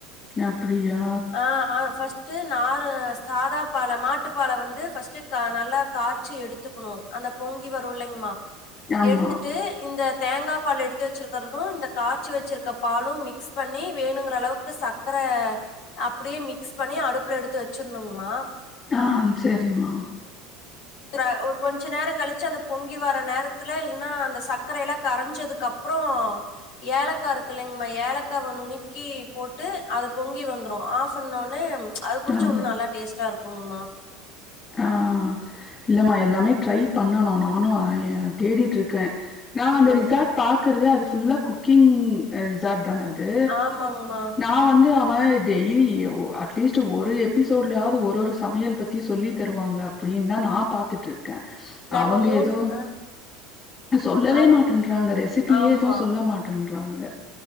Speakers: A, on the left; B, on the left.
A: அப்படியா
B: ஆ ஆ ஃபஸ்ட்டு நாறு சாதாப்பால மாட்டுப்பால வந்து ஃபஸ்ட்டு கா நல்லா காய்ச்சி எடுத்துக்கணு அந்த பொங்கி வரு இல்லைங்மா
A: ஆமா
B: எடுத்துட்டு இந்த தேங்க பால் எடுத்து வச்சிருக்கிறது இந்த காய்ச்சி வச்சிருக்க பாலு மிக்ஸ் பண்ணி வேணுங்கிற அளவுக்கு சக் க்கர அப்புடியே மிக்ஸ் பண்ணி அடுப்புல எடுத்து வச்சிருணுங்மா
A: ஆஹ் செரிம்மா
B: த்திற ஒரு கொஞ்ச நேர கழிச்சு அந்த பொங்கி வர்ற நேரத்துல இல்லன்னா அந்த சர்க்கரயெல்லா கரஞ்சதுக் கப் ப்றோ ஏலக்கா இருக்கு இல்லைங்மா ஏலக்காவ நுனிக்கி போட்டு அத பொங்கி வந்துரு ஆஃப் பண்ணோணே அது குடிச்சு
A: அம்
B: உன்னு நல்லா டேஸ்ட்டா இருக்குங்மா
A: ஆ இல்ல மா எல்லாமே ட்ரை பண்ணணு நானு அய்யந் தேடிட்டு இருக்கே நா அந்த
B: ஓ
A: ரிசார்ட் பாக்கறதே அது ஃபுல்லா குக்கிங் அ ரிசார்ட் தான அது
B: ஆமாங்மா
A: நா வந்து அப் இது மாறி டெய்லி யோ அட்லீஸ்ட் ஒரு எபிசோட்லாவது ஒரு ஒரு சமையல் பத்தி சொல்லி தருவாங்க அப்டினு தா நா பாத்துட்டு இருக்கே
B: நா
A: அவுங்க
B: இப்ப மூணு
A: ஏதோ
B: அ
A: சொல்லவே
B: அவ்
A: மாட்டேன்றாங்க ரெசிபியே
B: ஆமா
A: எதும் சொல்ல மாட்டேன்றாங்க